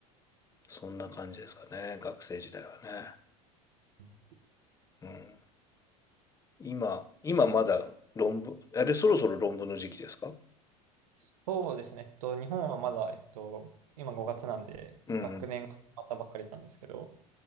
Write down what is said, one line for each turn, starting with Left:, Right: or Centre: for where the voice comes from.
Left: そんな感じですかね、学生時代はね。
Right: うん
Left: うん今、今まだ論文、あれ、そろそろ論文の時期ですか
Right: そうですね。えっと、日本はまだ、えっと、今5月なんで、
Left: うんうん。
Right: 学年が始まったばっかりなんですけど、